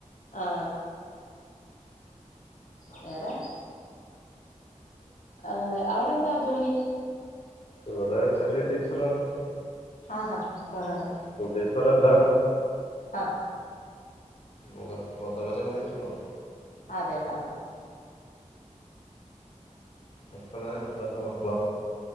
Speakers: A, on the left (about 80°); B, on the left (about 50°).
A: ആ വേറെ ആ അവ ടെന്താ ജോലി
B: ഇവിടെ ചെറിയ ടീച്ചറാണ്
A: ആഹ ഹഹ ആഹ
B: സ്കൂൾ ടീച്ചറല്ല
A: ആഹ് <unintelligible>
B: മ മതപരമായിട്ടുണ്ടോ
A: അതെ ആഹ
B: മക്കളാ എത്ര എന്ത മക്കളാ